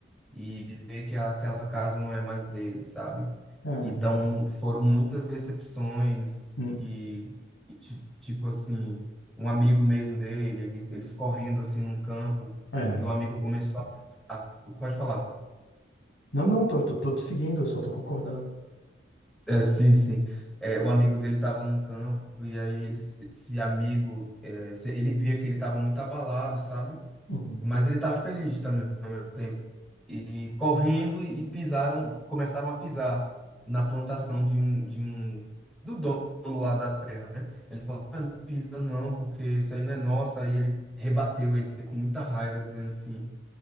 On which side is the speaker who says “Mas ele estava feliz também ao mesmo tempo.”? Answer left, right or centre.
Centre